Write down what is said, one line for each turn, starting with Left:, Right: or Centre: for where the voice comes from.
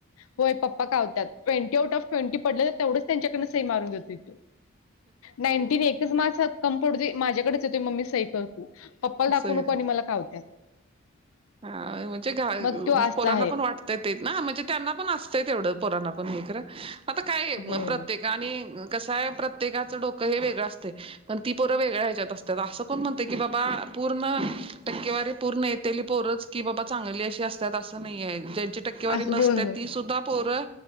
Left: होय पप्पा कावत्यात. ट्वेंटी आउटऑफ ट्वेंटी पडल तेवढच त्यांच्याकडनं सई मारून घेतोय त्यो नाईन्टीन एकच मार्क कमी पडुदे माझ्याकडेच येतोय मम्मी सई कर तू पप्पाला
Right: असं
Left: दाखवू
Right: आहे.
Left: नको आणि मला कावत्याल.
Right: हा म्हणजे घा
Left: मग तो असा
Right: पोरांना
Left: आहे
Right: पण वाट तय तेच ना म्हणजे त्यांना पण असत तेवढं पोरांना पण हे खरं आता काय
Left: होय
Right: म प्रत्येकानी
Left: होय
Right: कसंय प्रत्येकाचं डोकं हे वेगळं असतय. पण ती परं वेगळ्या ह्याच्यात असतात असं कोण म्हणते की बाबा पूर्ण टक्केवारी पूर्ण येतय ली पोरचं की बाबा चांगली अशी असत्यात असं नाही ये ज्यांची टक्केवारी
Left: असं-
Right: नसत्यात
Left: होय होय
Right: ती सुद्धा पोरं